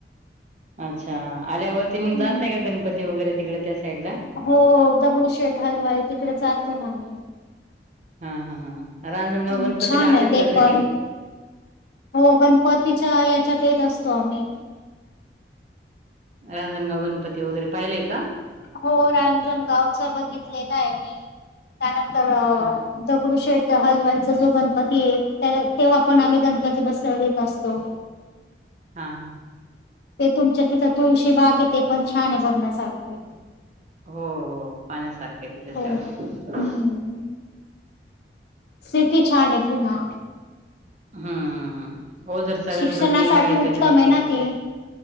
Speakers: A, on the right (about 40°); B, on the left (about 65°).
A: अच्छा. आल्यावरती मग
B: हमम
A: जात नाही का गणपती वगैरे तिकडे त्या साईडला
B: हो दगडू शेठ हलवाय तिकडे जातो ना आम्ही,
A: हा हा हा. रांजणगाव
B: ह्
A: गणपतीला
B: छान
A: आलेत
B: आहे ते
A: का
B: पण
A: कधी
B: हो गणपतीच्या याच्यात येत असत. स्वामी.
A: रांजनगाव गणपती वगैरे पाहिलंय का?
B: हो रांजणगावच बघितलेलं आहे मी कारण, तर
A: हा
B: दगडू शेट हलवाय. जो गणपती आहे तेव्हा पण आम्ही गणपती बस येत असतो,
A: हा हा हा.
B: ते तुमच्या तिथं तुळशी बाग आहे ते पण छान आहे बघण्या सारखं.
A: हो हो पाण्यासारखं आहे तिथे
B: हो
A: सगळं.
B: हम्म सिटी छान आहे पुन्हा.
A: हा हा हा, ओ जरचा
B: शिक्षणासाठी
A: गणपती एक आहे
B: उत्तम
A: त्या गणपती,
B: आहे ना ती